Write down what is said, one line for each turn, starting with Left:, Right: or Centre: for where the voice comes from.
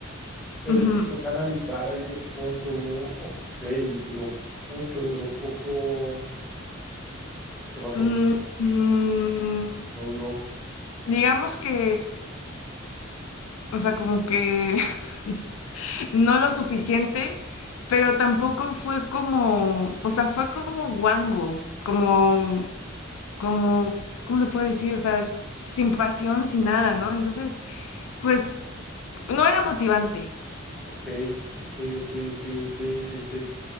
Centre: pero
Left: Ujú.
Centre: sí toca analizar ahí de fondo, ok, duró mucho, duró poco, ¿qué pasó?
Left: Mm, mm,
Centre: No duró,
Left: digamos que, o sea, como que <laughs> no lo suficiente, pero tampoco fue como, o sea, fue como guango, como, como, ¿cómo se puede decir? O sea, sin pasión, sin nada, ¿no? Entonces, pues no era motivante.
Centre: ok, ok, ok, ok, ok, ok.